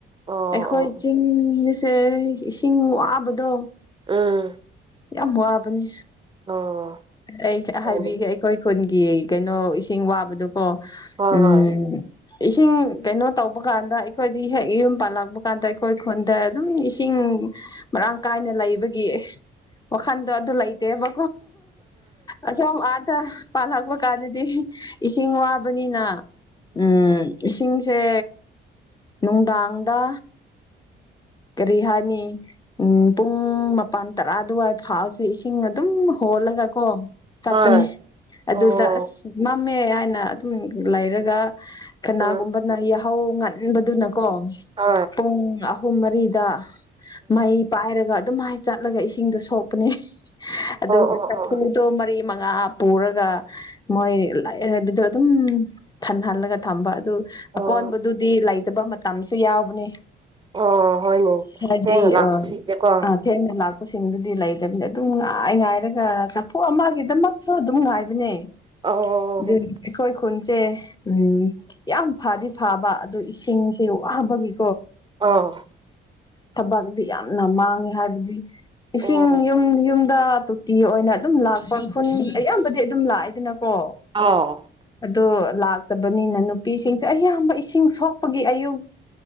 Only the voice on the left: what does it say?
ꯑꯩꯈꯣꯏ
ꯆꯤꯡ ꯁꯦ ꯏꯁꯤꯡ ꯋꯥꯕꯗꯣ
ꯌꯥꯝ ꯋꯥꯕꯅꯤ
ꯑꯩꯁꯦ
ꯍꯥꯏꯕꯤꯒꯦ ꯑꯩꯈꯣꯏ ꯈꯨꯟꯒꯤ ꯀꯩꯅꯣ ꯏꯁꯤꯡ ꯋꯥꯕꯗꯨꯀꯣ
ꯎꯝ
ꯏꯁꯤꯡ ꯀꯩꯅꯣ ꯇꯧꯕ ꯀꯥꯟꯗ ꯑꯩꯈꯣꯏꯗꯤ ꯍꯦꯛ ꯌꯨꯝ ꯄꯥꯜꯂꯛꯄ ꯀꯥꯟꯗ ꯑꯩꯈꯣꯏ ꯈꯨꯟꯗ ꯑꯗꯨꯝ ꯏꯁꯤꯡ ꯃꯔꯥꯡ ꯀꯥꯏꯅ ꯂꯩꯕꯒꯤ ꯋꯥꯈꯟꯗꯣ ꯑꯗꯨ ꯂꯩꯇꯦꯕ ꯑꯁꯣꯝ ꯑꯥꯗ ꯄꯥꯜꯂꯛꯄ ꯀꯥꯟꯗꯗꯤ ꯏꯁꯤꯡ ꯋꯥꯕꯅꯤꯅ ꯎꯝ ꯏꯁꯤꯡꯁꯦ ꯅꯨꯡꯗꯥꯡꯗ ꯀꯔꯤ ꯍꯥꯏꯅꯤ ꯄꯨꯡ ꯃꯄꯟ ꯇꯔꯥ ꯑꯗꯨꯋꯥꯏ ꯐꯥꯎꯁꯦ ꯏꯁꯤꯡ ꯑꯗꯨꯝ ꯍꯣꯟ ꯍꯣꯜꯂ ꯒꯥ ꯀꯣ ꯆꯠꯄꯅꯤ
ꯑꯗꯨꯗ ꯑꯥꯥꯁ ꯃꯝꯃꯦ ꯍꯥꯏꯅ ꯑꯗꯨꯝ ꯂꯩꯔꯒꯥ ꯀꯅꯥꯒꯨꯝꯕꯅ
ꯌꯥꯍꯧ ꯉꯟꯕꯗꯨꯅꯥ ꯀꯣ
ꯄꯨꯡ ꯑꯍꯨꯝ ꯃꯔꯤꯗ ꯃꯩ ꯄꯥꯏꯔꯒ ꯑꯗꯨꯍꯥꯏꯅ ꯆꯠꯂꯒ ꯏꯁꯤꯡꯗꯣ ꯁꯣꯛꯄꯅꯦ ꯑꯗꯨꯒꯥ
ꯆꯐꯨꯗꯣ ꯃꯔꯤꯃꯛ ꯉꯥ ꯄꯨꯔꯒ ꯃꯣꯏ ꯂꯥꯛꯏ ꯍꯥꯏꯕꯗꯣ ꯑꯗꯨꯝ ꯐꯪꯍꯜꯂꯒ ꯊꯝꯕ ꯑꯗꯨ
ꯑꯀꯣꯟꯕꯗꯨꯗꯤ ꯂꯩꯇꯕ ꯃꯇꯝꯖꯨ ꯌꯥꯎꯕꯅꯦ
ꯍꯥꯢꯕꯗꯤ
ꯑꯥ
ꯑꯊꯦꯡꯅ ꯂꯥꯛ ꯑꯁꯤꯡꯕꯗꯤ ꯂꯩꯇꯕꯅꯤ ꯑꯗꯨꯝ ꯉꯥꯏ-ꯉꯥꯏꯔꯒꯥ ꯆꯠꯊꯣꯛꯑꯝꯒꯤꯗꯃꯛꯁꯨ ꯑꯗꯨꯝ ꯉꯥꯏꯕꯅꯦ
ꯑꯗꯨ
ꯑꯩꯈꯣꯏ ꯈꯨꯟꯁꯦ ꯎꯝ ꯌꯥꯝ ꯐꯗꯤ-ꯐꯥꯕ ꯑꯗꯨ ꯏꯁꯤꯡꯁꯦ ꯋꯥꯕꯒꯤ
ꯊꯕꯛꯇꯤ ꯌꯥꯝꯅ ꯃꯥꯡꯉꯦ ꯍꯥꯏꯕꯗꯤ ꯏꯁꯤꯡ
ꯌꯨꯝ- ꯌꯨꯝꯗ ꯇꯣꯇꯤ ꯑꯣꯏꯅ ꯑꯗꯨꯝ ꯂꯥꯛꯄ ꯈꯨꯟ ꯑꯌꯥꯝꯕꯗꯤ ꯑꯗꯨꯝ ꯂꯥꯛꯑꯦ ꯗꯅꯀꯣ
ꯑꯗꯣ ꯂꯥꯛꯇꯕꯅꯤꯅꯥ ꯅꯨꯄꯤꯁꯤꯡꯖꯦ ꯑꯌꯥꯝꯕ ꯏꯁꯤꯡ ꯁꯣꯛꯄꯒꯤ ꯑꯌꯨꯛ